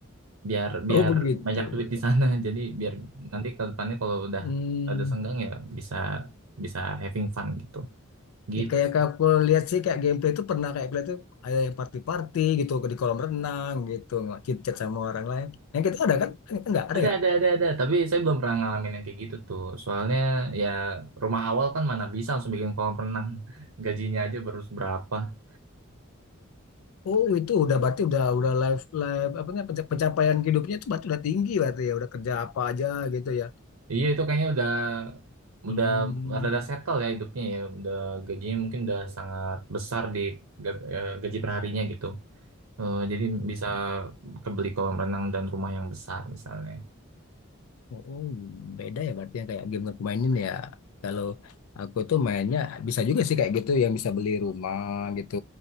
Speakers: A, on the right; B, on the left.
A: biar biar
B: Oh begitu.
A: banyak duit di sana <laughs> jadi biar nanti ke depannya kalau udah
B: Hmm.
A: ada senggang ya bisa bisa having fun gitu gitu
B: Ya kayak
A: sih
B: kayak aku lihat sih kayak gameplay itu pernah kayak aku lihat tuh ada yang party-party gitu di kolam renang gitu chit-chat sama orang lain. Yang kita ada kan? Enggak, ada
A: ada
B: enggak?
A: ada ada ada tapi saya belum pernah ngalamin yang kayak gitu tuh soalnya ya rumah awal kan mana bisa langsung bikin kolam renang <laughs> gajinya aja baru seberapa
B: Oh, itu udah berarti udah udah live live apa namanya penca- pencapaian hidupnya itu berarti udah tinggi berarti ya udah kerja apa aja gitu ya.
A: iya itu kayaknya udah udah
B: Hmm.
A: rada settle ya hidupnya ya udah gajinya mungkin udah sangat besar di ga- eh, gaji perharinya gitu Eh, jadi bisa kebeli kolam renang dan rumah yang besar misalnya
B: Oh, beda ya berarti yang kayak game yang aku mainin ya. Kalau aku tuh mainnya bisa juga sih kayak gitu yang bisa beli rumah gitu,